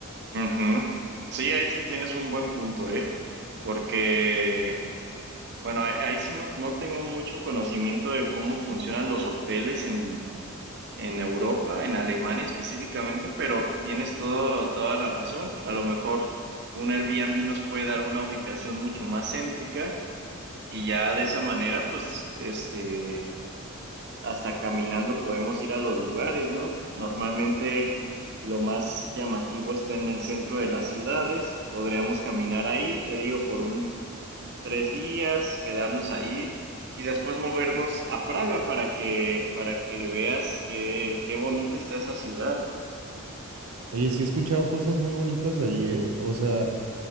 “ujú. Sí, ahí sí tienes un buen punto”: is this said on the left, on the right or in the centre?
Right